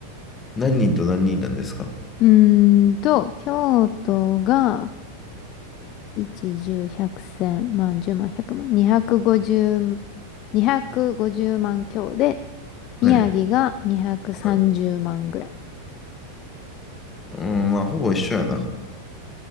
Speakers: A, on the left; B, on the left.
A: 何人と何人なんですか
B: うーんと、京都が、一、十、百、千、万、十万、百万、二百五十、二百五十万強で、宮城が230万ぐらい。
A: はい。はい。うーん、まあ、ほぼ一緒やな。